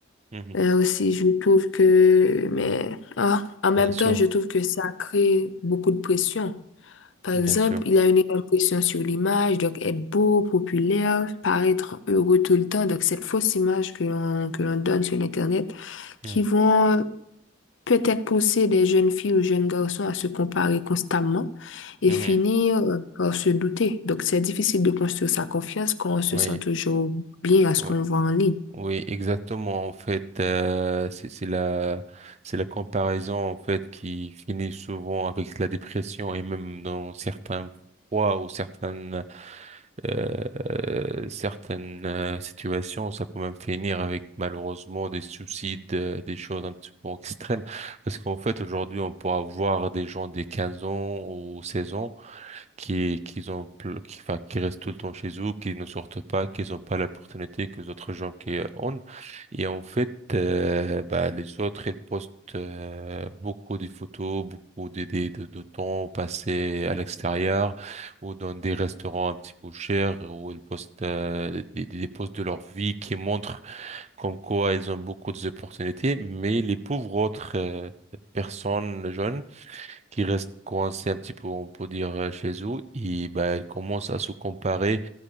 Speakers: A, on the right (about 35°); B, on the left (about 70°).
A: mhm, mhm.
B: Euh, aussi, je trouve que, mais ah, en même
A: Bien sûr,
B: temps, je trouve que ça crée beaucoup de pression. Par
A: bien
B: exemple,
A: sûr.
B: il a une impression sur l'image, donc être beau, populaire, paraître heureux tout le temps. Donc, cette fausse image que l'on que l'on donne sur Internet,
A: Mhm,
B: qui vont peut-être pousser des jeunes filles ou jeunes garçons à se comparer constamment et
A: mhm.
B: finir euh, par se douter. Donc, c'est difficile de construire sa confiance quand on se
A: Oui,
B: sent toujours bien à ce
A: oui,
B: qu'on voit en ligne.
A: oui, exactement. En fait, euh, c'est c'est la, c'est la comparaison en fait qui finit souvent avec la dépression et même dans certains fois ou certaines, euh, certaines euh, situations, ça peut même finir avec malheureusement des suicides, euh, des choses un petit peu extrêmes. Parce qu'en fait, aujourd'hui, on peut avoir des gens de 15 ans ou 16 ans qui, qui ont, pl- qui, enfin, qui restent tout le temps chez eux, qui ne sortent pas, qui n'ont pas l'opportunité que les autres gens qui euh, ont. Et en fait, euh, bah, les autres, ils postent euh, beaucoup de photos, beaucoup de, de, de, de temps passé à l'extérieur ou dans des restaurants un petit peu chers où ils postent euh, des, des des posts de leur vie qui montrent comme quoi ils ont beaucoup d'opportunités, mais les pauvres autres euh, personnes jeunes, qui restent coincés un petit peu, on peut dire, euh, chez eux, et bah, elles commencent à se comparer